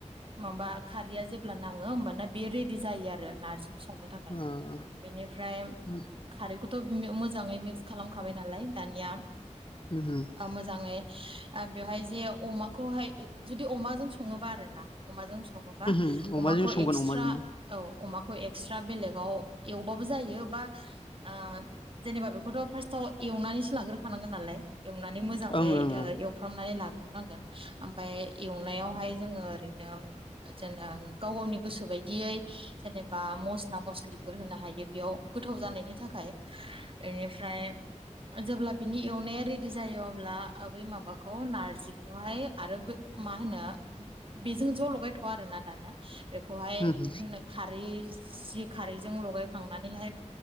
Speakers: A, on the right; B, on the left.
A: माबा खारैया जेब्ला नाङो होमबाना बे रेडि जायो आरो नारजि संनो थाखाय
B: उम
A: बेनि फ्राय
B: उम
A: खारैखो थ' मो मोजाङै मिक्स खालाम खाबाय नालाय दानिया
B: उम
A: मोजाङै ओ बेवहाय जे अमाखौ हाय जुदि अमाजों सङोबा आरो ना अमाजों स सङोबा
B: उम अमाजों
A: अमाखौ
B: संगोन
A: एक्सट्रा
B: अमाजोंनो
A: औ अमाखौ एक्सट्रा बेलेगाव एवबाबो जायो बा ओ जेनेबा बेखौथ' फार्स्ट आव एवना नैसो लाग्रो खानांगोन नालाय। एवनानै मोजाङै
B: ओं ओं
A: ओ
B: ओं
A: एव फ्रामनानै लाग ग्रोनांगोन । आमफ्राय एवनायाव हाय जोङो ओरैनो जेन गाव गावनि गोसो बाय दियै जेनेबा मस्ला मसलि फोर होनो हायो बेयाव गोथाव जानायनि थाखाय इनिफ्राय जेब्ला बिनि एवनाया रेडि जायो अब्ला बै माबाखौ नारजि खौहाय आरो मा होनो बेजों ज' लगायथ'वा आरोना दानो। बेखौ हाय
B: उम
A: खारै सि खारैजों लगाय खांनानैहाय